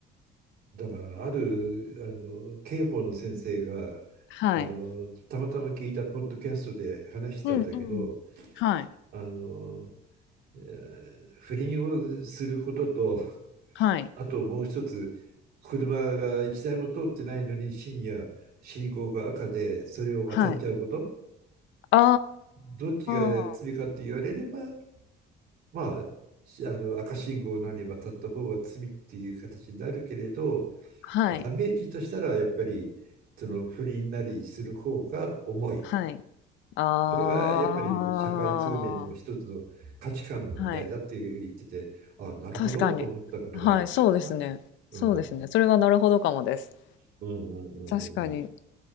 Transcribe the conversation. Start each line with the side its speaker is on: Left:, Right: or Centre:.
Right: だから、ある、あの、刑法の先生が、
Left: はい。
Right: あの、たまたま聞いたポッドキャストで話したんだけど、
Left: うんうん。はい、
Right: あの、えー不倫をすることと、<laughs>
Left: はい、
Right: あともう一つ、車が一台も通ってないのに深夜、信号が赤で、それを渡っちゃうこと、
Left: はい。あ
Right: どっちが罪かって言われれば、
Left: あ、
Right: まあ、しあの赤信号なり渡った方が罪っていう形になるけれど、
Left: はい、
Right: ダメージとしたらやっぱりその不倫なりする方が重い。
Left: はい。ああ、
Right: それがやっぱり社会通念の一つの価値観の問題だって言ってて、
Left: はい。
Right: ああ、なるほどと思ったことがあるんだよな。
Left: 確かに。はい、そうですね。
Right: うん。
Left: そうですね。
Right: うん
Left: それはなるほどかもです。
Right: うんうん
Left: 確かに。